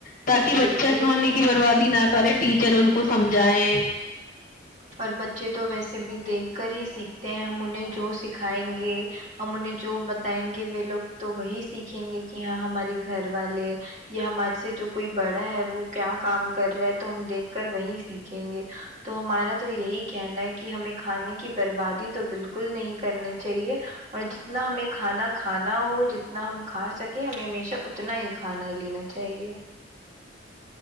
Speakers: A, on the left; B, on the right.
A: تاکہ بچے
B: بالکل
A: کھانے کی بربادی نہ کرے ٹیچر ان کو سمجھائے
B: اور بچے تو ویسے بھی دیکھ کر ہی سیکھتے ہیں ہم انہیں جو سکھائیں گے ہم انہیں جو بتائیں گے وہ لوگ تو وہی سیکھیں گے کہ ہاں ہمارے گھر والے یا ہمارے سے جو کوئی بڑا ہے وہ کیا کام کر رہا ہے تو ہم دیکھ کر وہی سیکھیں گے تو ہمارا تو یہی کہنا ہے کہ ہمیں کھانے کی بربادی تو بالکل نہیں کرنی چاہیے اور جتنا ہمیں کھانا کھانا ہو جتنا ہم کھا سکے ہمیں ہمیشہ اتنا ہی کھانا لینا چاہیے